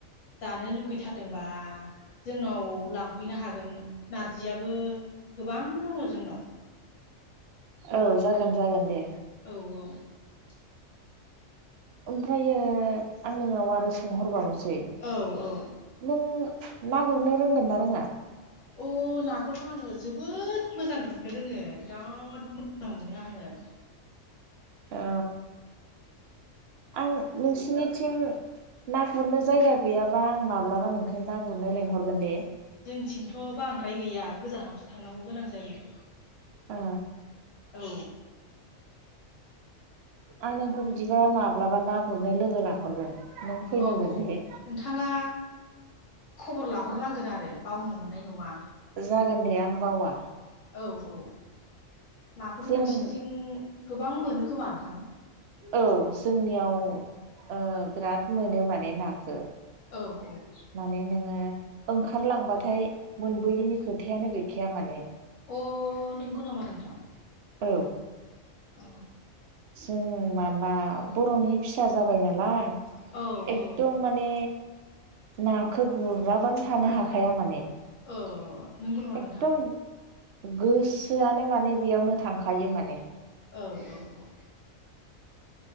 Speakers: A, on the left; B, on the right.
A: जानो लुगैथारदोंबा जोंनाव लांफैनो हागोन नारजियाबो गोबां दङ जोंनाव।
B: औ जागोन जागोन दे।
A: <unintelligible>
B: ओमफ्रायो आंनिआव आरो सोंहरबाव सै
A: औ
B: नों ना गुरनो रोंगोन ना रोङा?
A: अ नाखौथ' आङो जोबोद मोजां गुरनो रोङो बिराद मोजां मोनो आङो।
B: ओ आं नोंसिनिथिं ना गुरनो जायगा गैयाबा आं माब्लाबा नोंखौ ना गुरनो लिंहरगोन दे?
A: जोंथिंथ' बांद्राय गैया गोजानावसो थांनांगौ गोनां जायो।
B: ओ
A: औ
B: आं नोंखौ बिदिबा माब्लाबा ना गुरनो लोगो लाहरगोन। नों फैनांगोन
A: औ औ
B: दे
A: नोंथाङा? खबर लाहरनांगोन आरो बावनो मोननाय नङा।
B: जागोन दे आं बावा।
A: औ औ नाखौथ'
B: जों
A: नोंसिनिथिं गोबां मोनो खोमा नोंथां?
B: औ जोंनियाव ओ बिराद मोनो माने नाखो।
A: औ औ
B: माने नोङो ओंखारलांबाथाय मोनबोयैनि खोथायानो गैखाया माने
A: अ नंगौ नामा नोंथां?
B: औ
A: अ
B: जों माबा बर'नि फिसा जाबाय नालाय।
A: औ
B: एकदम
A: औ
B: माने नाखो गुराबानो थानो हाखाया माने।
A: अ नंगौ नङा
B: एकदम
A: नोंथां?
B: गोसोआनो माने बेयावनो थांखायो माने।
A: औ औ औ